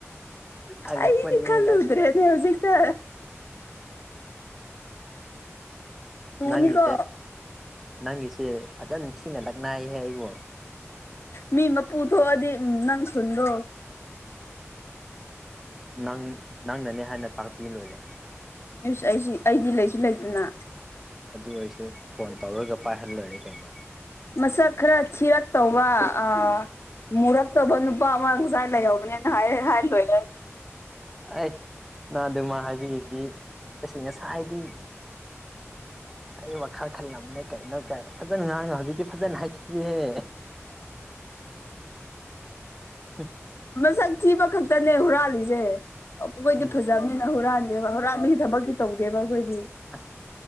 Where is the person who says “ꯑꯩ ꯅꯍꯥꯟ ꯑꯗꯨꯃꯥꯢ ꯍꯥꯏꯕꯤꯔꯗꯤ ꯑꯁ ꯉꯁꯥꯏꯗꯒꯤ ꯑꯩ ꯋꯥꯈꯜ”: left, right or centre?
Centre